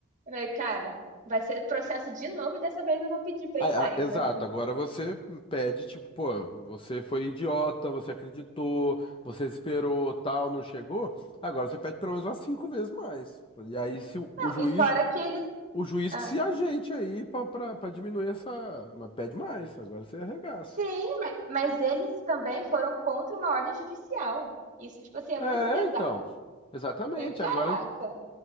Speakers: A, on the right; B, on the left.
A: falei, cara, vai ser processo de novo e dessa vez eu vou pedir bem
B: Ah,
A: mais,
B: ah, exato,
A: né?
B: agora você pede, tipo, pô, você foi idiota, você acreditou, você esperou, tal, não chegou. Agora você pede pelo menos umas cinco vezes mais. E aí se o, o
A: Não,
B: juiz,
A: e fora que eles.
B: o juiz
A: Ah,
B: que se ajeite aí pra, pra, pra diminuir essa. Mas pede mais, agora você arregaça.
A: sim, mas, mas eles também foram contra uma ordem judicial. Isso, tipo assim, é
B: É,
A: muito pesado.
B: então.
A: Eu
B: Exatamente.
A: falei, caraca,
B: Agora,